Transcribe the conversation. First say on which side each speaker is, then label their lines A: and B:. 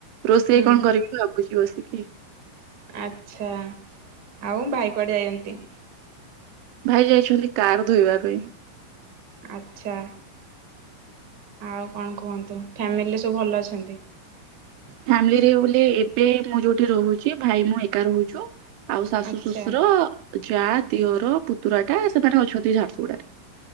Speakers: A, on the right (about 75°); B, on the right (about 45°).
A: ରୋଷେଇ
B: ହୁଁ
A: କଣ କରିବି ଭାବୁଛି ବସିକି।
B: ଆଛା ଆଉ ଭାଇ କୁଆଡେ ଯାଇଚନ୍ତି?
A: ଭାଇ ଯାଇଛନ୍ତି କାର ଧୋଇବା ପାଇଁ।
B: ଆଛା। ଆଉ କଣ କୁହନ୍ତୁ ଫ୍ୟାମିଲିରେ ସବୁ ଭଲ ଅଛନ୍ତି।
A: ଫ୍ୟାମିଲିରେ ବୋଲି ଏବେ ମୁଁ ଯୋଉଠି ରହୁଛି ଭାଇ ମୁଁ ଏକା ରହୁଛୁ। ଆଉ ଶାଶୁ
B: ଆଚ୍ଛା
A: ଶ୍ୱଶୁର ଯା ଦିଅର ପୁତୁରା ଟା ସେମାନେ ଅଛନ୍ତି ଝାରସୁଗୁଡାରେ।